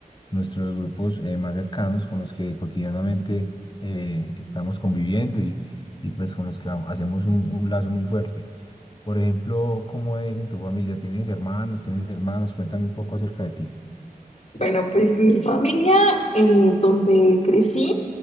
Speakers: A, on the left (about 30°); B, on the left (about 50°).
A: nuestros grupos eh, más cercanos con los que cotidianamente eh, estamos conviviendo y, y pues con los que ha- hacemos un, un lazo muy fuerte. Por ejemplo, ¿cómo es en tu familia? ¿Tienes hermanos? ¿Tienes hermanas? Cuéntame un poco acerca de ti.
B: bueno, pues mi familia eh, donde crecí